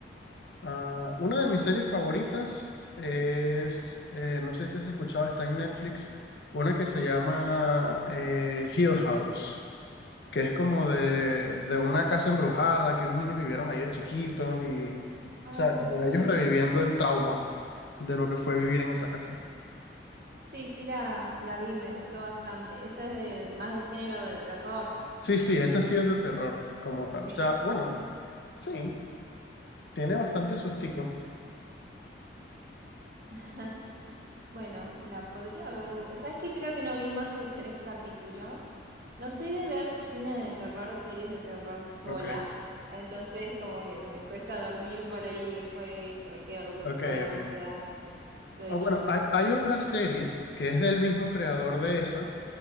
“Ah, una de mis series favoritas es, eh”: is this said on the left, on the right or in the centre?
Left